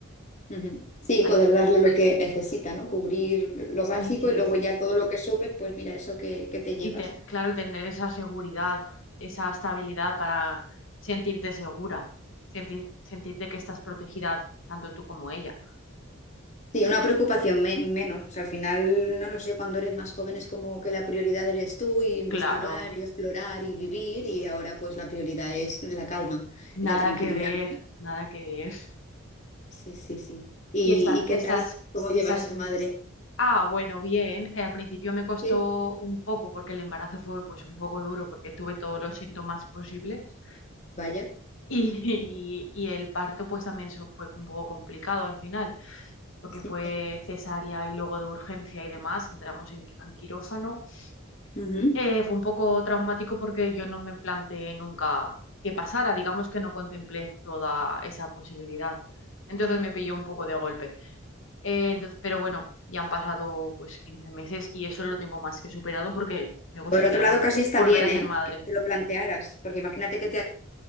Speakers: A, on the left (about 35°); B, on the left (about 65°).
A: Ujú. Sí,
B: Al-
A: poder
B: fi-
A: darle lo que necesita, ¿no? Cubrir lo
B: Sí,
A: básico
B: sí,
A: y luego
B: sí.
A: ya todo lo que subes, pues mira, eso que, que te llevas.
B: Y ten- claro, tener esa seguridad, esa estabilidad para sentirte segura, sentir- sentirte que estás protegida tanto tú como ella.
A: Sí, una preocupación me- menos. O sea, al final, no lo sé, cuando eres más joven es como que la prioridad eres tú y investigar
B: Claro,
A: y explorar y vivir y ahora pues la prioridad es la calma
B: nada
A: y la tranquilidad,
B: que ver,
A: ¿no?
B: nada que ver.
A: Sí, sí, sí. ¿Y,
B: Y esta-
A: y qué
B: estás,
A: tal? ¿Cómo llevas
B: estás
A: ser madre?
B: Ah, bueno, bien. Eh, al principio me costó
A: Sí,
B: un poco porque el embarazo fue pues un poco duro porque tuve todos los síntomas posibles
A: vaya.
B: y, <laughs> y el parto pues también su- fue un poco complicado al final porque
A: Sí.
B: fue cesárea y luego de urgencia y demás, entramos en, en quirófano.
A: Ujú.
B: Eh, fue un poco traumático porque yo no me planteé nunca que pasara, digamos que no contemplé toda esa posibilidad. Entonces me pilló un poco de golpe. Eh, entonces, pero bueno, ya han pasado pues 15 meses y eso lo tengo más que superado porque me gustaría
A: Por otro lado,
B: vol-
A: casi está
B: volver
A: bien,
B: a
A: ¿eh?
B: ser madre.
A: Que no te lo plantearas, porque imagínate que te,